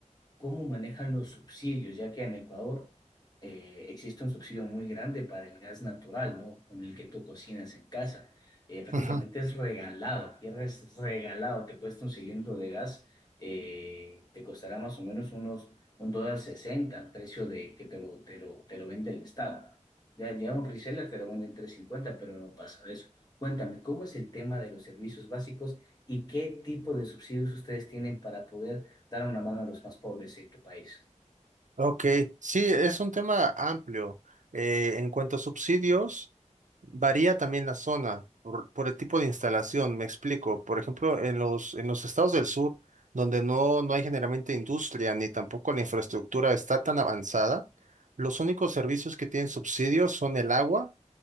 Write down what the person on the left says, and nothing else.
cómo manejan los subsidios, ya que en Ecuador eh, existe un subsidio muy grande para el gas natural, ¿no? Con el que tú cocinas en casa. Eh, prácticamente
es regalado, aquí es regalado, te cuesta un cilindro de gas, eh, te costará más o menos unos un dólar sesenta, precio de que te lo, te lo, te lo vende el Estado. Ya, ya un reseller te lo vende en tres cincuenta, pero no pasa de eso. Cuéntame, ¿cómo es el tema de los servicios básicos y qué tipo de subsidios ustedes tienen para poder dar una mano a los más pobres de tu país.